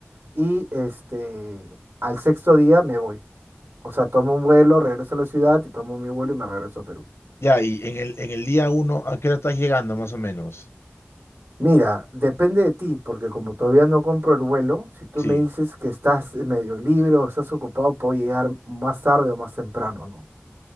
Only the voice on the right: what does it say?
y este, al sexto día me voy. O sea, tomo un vuelo, regreso a la ciudad y tomo mi vuelo y me regreso a Perú.
Mira, depende de ti, porque como todavía no compro el vuelo, si tú
me dices que estás medio libre o estás ocupado, puedo llegar más tarde o más temprano, ¿no?